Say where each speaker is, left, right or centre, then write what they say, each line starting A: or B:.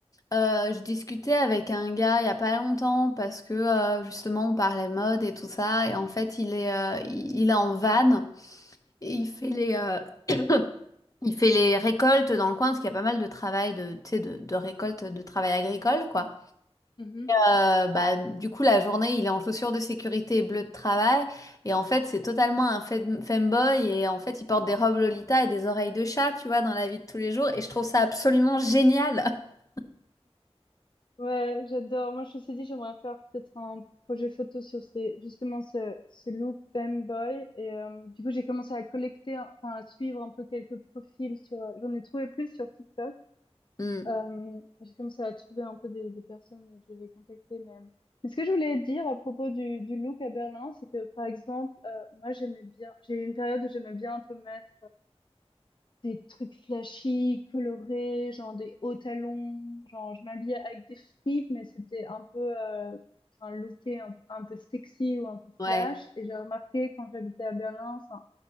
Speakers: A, on the left; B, on the left.
A: Euh, je discutais avec un gars il y a pas longtemps parce que euh, justement on parlait mode et tout ça et en fait il est euh, il, il est en van Et il fait les, euh, <coughs> <clears throat> il fait les récoltes dans le coin parce qu'il y a pas mal de travail de, tu sais, de, de récolte, de travail agricole, quoi.
B: cool.
A: Euh, bah, du coup, la journée, il est en chaussures de sécurité et bleu de travail. Et en fait, c'est totalement un fem- femboy. Et en fait, il porte des robes Lolita et des oreilles de chat, tu vois, dans la vie de tous les jours. Et je trouve ça absolument génial. <laughs>
B: Ouais, j'adore. Moi, je me suis dit, j'aimerais faire peut-être un projet photo sur ces, justement, ce, ce look femboy. Et euh, du coup, j'ai commencé à collecter, enfin, à suivre un peu quelques profils sur, euh, j'en ai trouvé plus sur TikTok.
A: Hmm.
B: Euh, j'ai commencé à trouver un peu des, des personnes et je vais les contacter. Mais, euh, mais ce que je voulais dire à propos du, du look à Berlin, c'est que, par exemple, euh, moi, j'aimais bien, j'ai eu une période où j'aimais bien un peu mettre des trucs flashy, colorés, genre des hauts talons, genre je m'habillais avec des fripes, mais c'était un peu, euh, enfin, looké un, un peu sexy ou un peu
A: Ouais,
B: flash. Et j'ai remarqué quand j'habitais à Berlin, enfin,